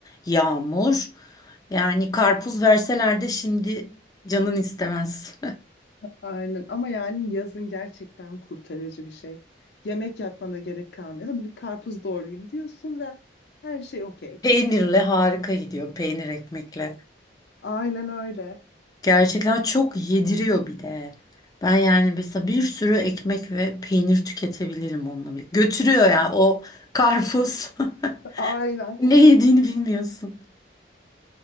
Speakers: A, on the left; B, on the left.
A: yağmur. Yani karpuz verseler de şimdi canın istemez.
B: Aynen ama yani yazın gerçekten kurtarıcı bir şey. Yemek yapmana gerek kalmıyor. Hadi bir karpuz doğrayayım diyorsun ve her şey okey.
A: <laughs> Peynirle harika gidiyor. Peynir ekmekle.
B: Aynen öyle.
A: Gerçekten çok yediriyor bir de. Ben yani mesela bir sürü ekmek ve peynir tüketebilirim onunla birlikte. Götürüyor ya o karpuz. <laughs>
B: Aynen.
A: Ne yediğini bilmiyorsun.